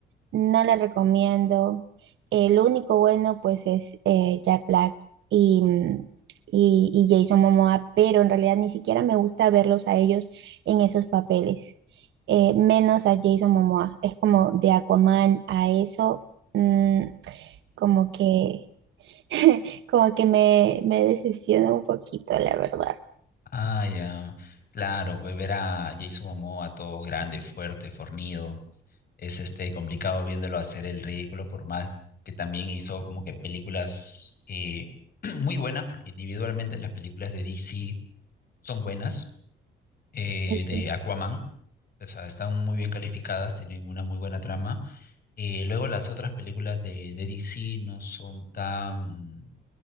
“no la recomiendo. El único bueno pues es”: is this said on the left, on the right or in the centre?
Right